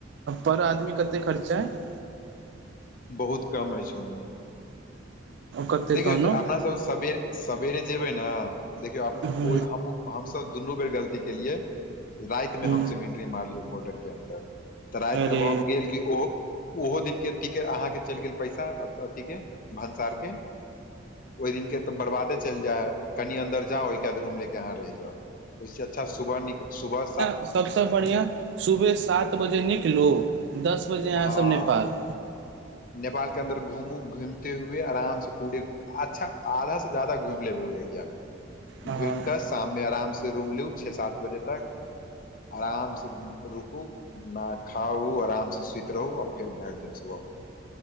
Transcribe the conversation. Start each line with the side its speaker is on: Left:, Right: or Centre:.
Right: पर आदमी कते खर्चा है
Left: बहुत कम अछि
Right: कते
Left: देखियौ
Right: तहनो
Left: आहा सब सबेर सेरे जेबै ने देखियौ
Right: ह
Left: हमस दुनू बेर गलती केलियै रातिमे
Right: ह
Left: हमसभ इंट्री मारलियै बॉर्डर के अन्दर तऽ रातिमे
Right: अरे
Left: भऽ गेल कि ओहो ओहो दिन के अहाँके चलि गेल पैसा अथी के भन्सार के ओहि दिन के तऽ बर्बादे चलि जाइ हय कनि अन्दर जाउ ओहिके बाद रूम लेके अहाँ रहि जाउ ओहिस अच्छा सुबह न सुबह सा
Right: सभसँ बढ़िआँ सुबह सात बजे निकलू दस बजे अहाँसभ
Left: हँ
Right: नेपाल
Left: नेपाल के अन्दर घूमू घूमते हुए आराम से पूरे अच्छा आधा से ज्यादा घुमि लेबै ओहि एरिया मे
Right: ह
Left: घुम कऽ शाम मे आराम से रूम लू छे सात बजे तक आराम से रुकू नहा खाउ आराम से सुति रहू आ फिर भरि दिन सुबह